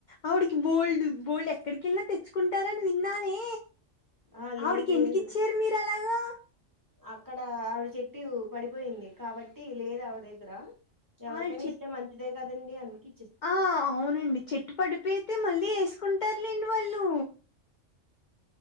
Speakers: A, on the left; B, on the right.
A: ఆవిడికి బోల్డ్ బోల్డ్ ఎక్కడికెళ్ళినా తెచ్చుకుంటారని విన్నానే
B: ఆ
A: ఆవిడికి
B: లేదు
A: ఎందుకు
B: లేదు
A: ఇచ్చారు మీరు అలాగా
B: అక్కడ ఆవిడ చెట్టు పడిపోయింది కాబట్టి లేదు ఆవిడా దగ్గర ఎవరికైనా
A: ఆళ్ళు చెట్
B: ఇస్తే మంచిదే కదండి అందుక
A: ఆ అవునండి చెట్టు పడిపోయితే మళ్ళీ వేసుకుంటారులేండి వాళ్ళు